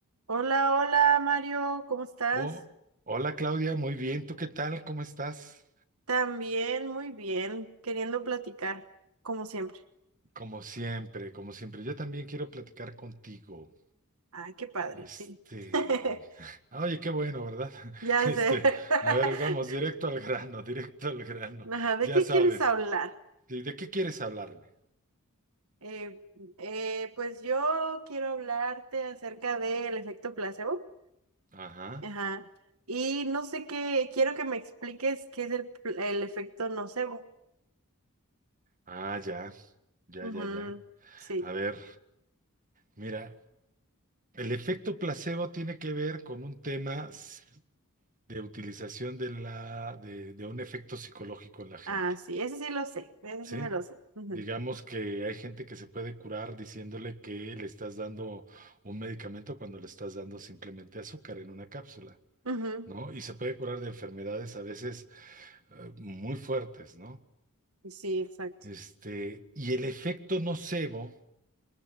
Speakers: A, on the right; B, on the right.
A: Hola, hola Mario, ¿cómo estás?
B: Oh, hola Claudia, muy bien. ¿Tú qué tal? ¿Cómo estás?
A: También, muy bien, queriendo platicar, como siempre.
B: Como siempre, como siempre. Yo también quiero platicar contigo.
A: Ay, qué padre,
B: Este,
A: sí. <laughs>
B: <laughs> ah, oye, qué bueno, ¿verdad? <laughs>
A: Ya
B: Este,
A: sé. <laughs>
B: a ver, vamos, directo al grano, <laughs> directo al grano.
A: Ajá, ¿de
B: Ya
A: qué
B: sabes.
A: quieres hablar?
B: ¿Y de qué quieres hablarme?
A: Eh, eh, pues yo quiero hablarte acerca del efecto placebo.
B: Ajá.
A: Ajá. Y no sé qué, quiero que me expliques qué es el, pl- el efecto nocebo.
B: Ah, ya, ya,
A: Ujú,
B: ya, ya.
A: Sí.
B: A ver, mira, el efecto placebo tiene que ver con un tema s- de utilización de la, de de un efecto psicológico en la gente.
A: Ah, sí, ese sí lo sé, ese
B: Sí,
A: sí me lo sé. Ujú,
B: digamos que hay gente que se puede curar diciéndole que le estás dando un medicamento cuando le estás dando simplemente azúcar en una cápsula,
A: ujú,
B: ¿no? Y se puede curar de enfermedades a veces eh, muy fuertes, ¿no?
A: Sí, exacto.
B: Este, y el efecto nocebo